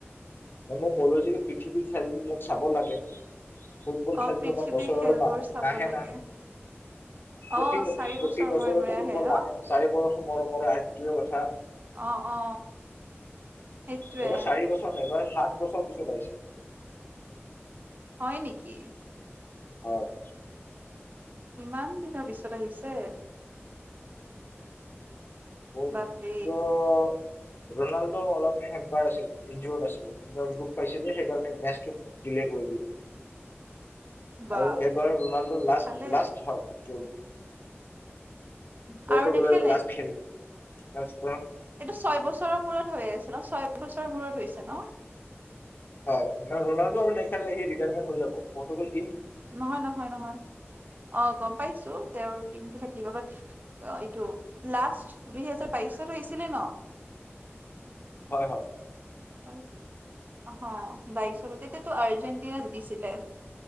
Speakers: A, on the left (about 50°); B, on the right (about 40°).
A: ম মই কলো যে পৃথিৱীৰ খেলবিলাক চাব লাগে। ফুটবল
B: অ
A: খেলটো
B: পৃথিৱীৰ
A: আমাৰ বছৰে
B: খেলবোৰ চাব
A: নাহে
B: লাগে
A: না প্ৰতি
B: অ চাৰি
A: প্ৰতি
B: বছৰ
A: বছৰতো
B: মূৰে মূৰে
A: ফুটবল
B: আহে ন
A: নাহে চাৰি বছৰৰ মূৰে মূৰে আহে সেইটোৱে কথা
B: অ অ সেইটোৱে
A: এইবাৰ চাৰি বছৰ নাই এইবাৰ সাত বছৰ পিছত আহিছে
B: হয় নেকি
A: হয়
B: কিমান দিনৰ পিছত আহিছে?
A: কবিংশ
B: বাপৰে
A: <unintelligible> ৰনাল্ডো অলপ হেম্পাৰ আছিলে নিউ আছিলে দুখ পাইছিলে সেইকাৰণে মেচটো দিলে কৰি দিব
B: বা
A: আৰু এবাৰ ৰোনাল্ডো লাষ্ট
B: ভালে
A: লাষ্ট হয় টো পৰ্তুগাল
B: আৰু নেখেলে
A: এইবাৰ লাষ্ট খেলিম। তাৰপাছত।
B: এইটো ছয় বছৰৰ মূৰত হৈয আছে ন ছয় বছৰৰ মূৰত হৈছে ন
A: হয় মানে ৰোনাল্ডো আৰু নেখালে সি ৰিটায়াৰমেট হৈ যাব। <unintelligible> ব ত <unintelligible>
B: নহয় নহয় নহয় অ গম পাইছো তেওঁৰ টীমটো থা কি বাবা এইটো লাষ্ট দুই হোজাৰ বাইশত ছিলে ন
A: হয় হয়
B: হয় অ বাইছলৈ তেতিয়াতো আৰ্জেণ্টিনা জিকিছিলে